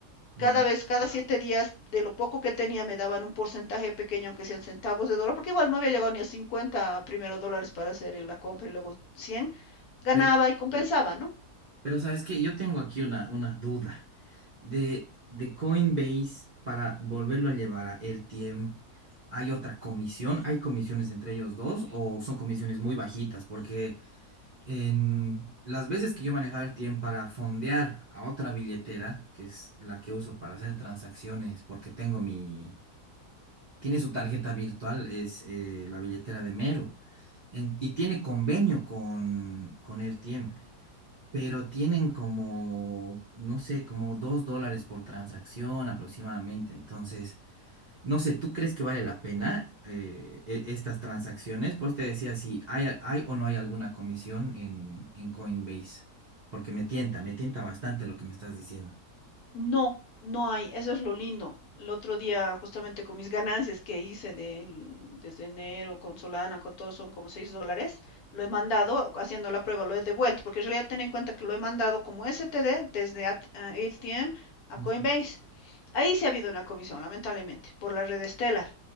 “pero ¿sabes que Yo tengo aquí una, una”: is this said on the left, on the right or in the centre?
Right